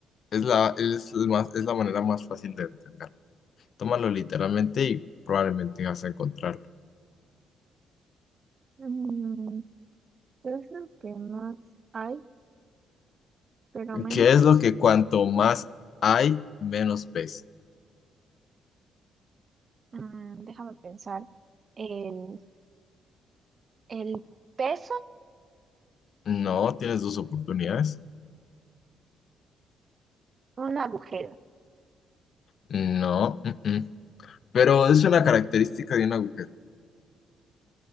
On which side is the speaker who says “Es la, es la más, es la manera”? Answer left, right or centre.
Left